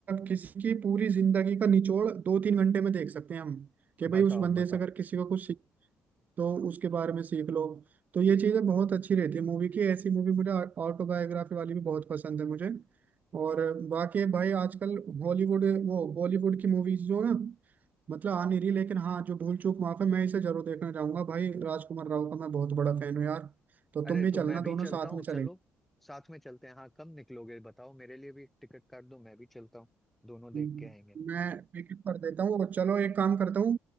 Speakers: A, on the right; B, in the centre.
A: किसी की पूरी जिंदगी का निचोड़ दो तीन घंटे में देख सकते हैं हम कि भाई
B: बताओ
A: उस बंदे
B: बताओ
A: से अगर किसी को कुछ सीख तो उसके बारे में सीख लो तो ये चीजें बहुत अच्छी रहती है मूवी की ऐसी मूवी मुझे ऑटोबायोग्राफी वाली भी बहुत पसंद है मुझे और बाकी भाई आजकल हॉलीवुड वो बॉलीवुड की मूवीज जो ना मतलब आ नहीं रही लेकिन हाँ जो भूल चूक माफ है मैं इसे जरूर देखना चाहूंगा भाई राजकुमार राव का मैं बहुत बड़ा फैन हूँ यार तो
B: अरे
A: तुम भी
B: तो
A: चलना
B: मैं भी
A: दोनों
B: चलता
A: साथ
B: हूँ
A: में चलेंगे
B: चलो साथ में चलते हैं हाँ कब निकलोगे बताओ मेरे लिए भी एक टिकट काट दो मैं भी चलता हूँ दोनों देख
A: मैं
B: के आएंगे
A: टिकट कर देता हूँ और चलो एक काम करता हूँ